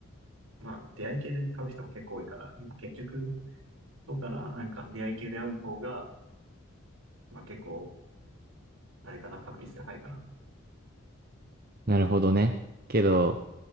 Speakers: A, on the right; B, on the right.
A: まあ、出会い系で会う人も結構多いから、結局、そうかな。なんか、出会い系で会うの方が、まあ結構、あれかな、確率高いかな。
B: なるほどね。けど、